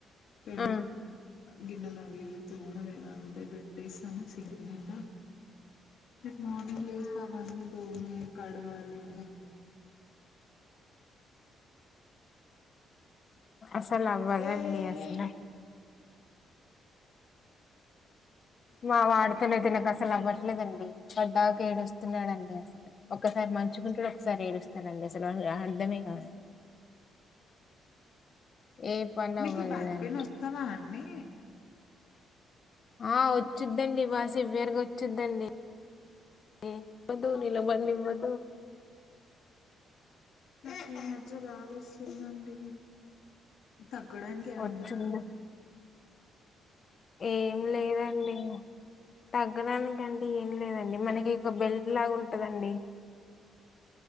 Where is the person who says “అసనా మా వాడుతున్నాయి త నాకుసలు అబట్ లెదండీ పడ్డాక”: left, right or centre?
Left